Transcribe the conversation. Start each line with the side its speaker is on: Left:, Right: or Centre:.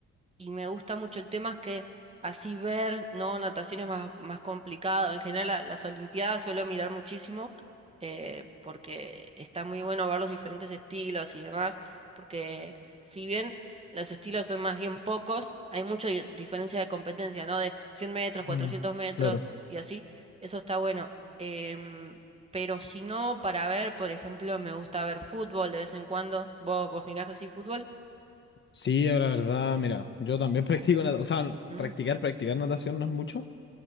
Right: y me gusta mucho el tema es que así ver, ¿no? Natación es más, más complicado. En general la- las Olimpiadas suelo mirar muchísimo eh, porque está muy bueno ver los diferentes estilos y demás, porque si bien los estilos son más bien pocos, hay mucha di- diferencia de competencia, ¿no? De 100 metros, 400
Left: Mm,
Right: metros
Left: claro.
Right: y así. Eso está bueno. Em, pero si no, para ver, por ejemplo, me gusta ver fútbol de vez en cuando. ¿Vos, vos mirás así fútbol?
Left: Sí, la verdad, mira, yo también <laughs> practico natación, o sea,
Right: Mm.
Left: practicar, practicar natación no es mucho,